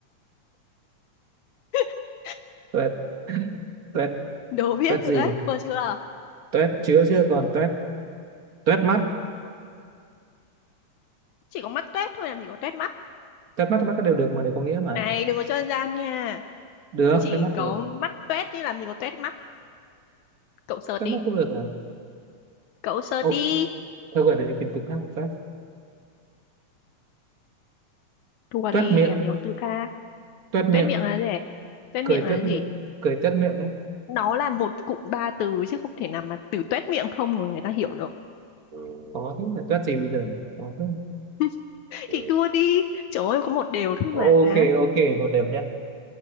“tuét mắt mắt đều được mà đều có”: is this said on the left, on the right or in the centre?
Right